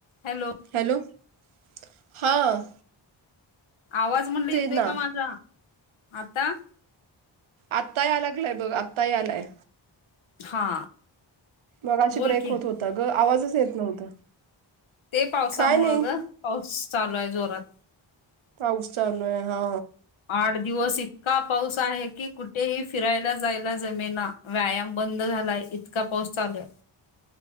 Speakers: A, on the left; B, on the right.
A: Hello.
B: Hello <inaudible> हां.
A: आवाज म्हणलं येतोय
B: ना
A: का माझा? <inaudible> आता?
B: आत्ता यायला लागलाय बघ. आत्ताही आलायं.
A: हा.
B: मगाशी
A: बोल
B: ब्रेक
A: की
B: होत होता गं. आवाजच येत नव्हता.
A: ते पावसामुळ
B: काय नाही
A: गं. पाऊस चालू आहे जोरात.
B: पाऊस चालू आहे हा.
A: आठ दिवस इतका पाऊस आहे की, कु ठेही फिरायला जायला जमेना. व्यायाम बंद झालाय. इतका पाऊस चालू आहे.